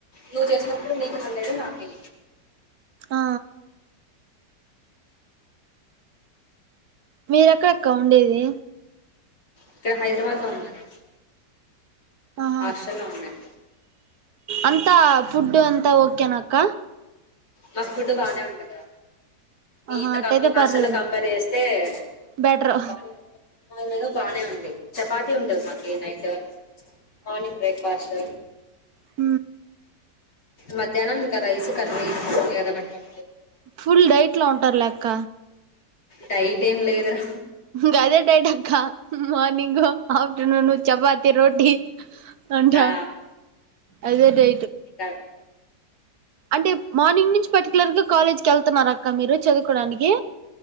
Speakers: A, on the left; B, on the right.
A: నువ్వు చేసినప్పుడు నీకు హందడు నాకే
B: ఆ మీరెక్కడెక్క ఉండేది
A: ఇక్కడ హైదరాబాద్ లో ఉన్నారా
B: ఆహా
A: హాస్టల్లో ఉన్నాయి
B: అంతా ఫుడ్ అంతా ఓకేనా అక్క
A: మాకు ఫుడ్ బానే ఉంటదా మీత
B: ఆహా అట్టయితే
A: మీ హాస్ల్లో
B: పర్లేదు
A: కంపేర్ చేస్తేకు
B: బెటర్
A: బాగా మా మీద బాగానే ఉంది చపాత ఉంటది మాకి నైట్ మార్నింగ్ బ్రేక్ఫాస్ట్
B: హ
A: మధ్యాహ్నం ఇంకా రైసు కర్నీ భేదవట్టం
B: ఫుల్ డైట్ లో ఉంటారు లే లెక్క
A: టైట్ ఏం లేదరా
B: గదే టైట్క్క మార్నింగ ఆఫ్టేర్నూన్ చపాతి రోటీ అంట
A: ఆ,
B: అదే డే
A: ఇంకా
B: అంటే మార్నింగ్ నుంచి పర్టికులర్గా కాలేజ్కి వెళ్తున్నారు అక్క మీరు చదువుకోవడానికి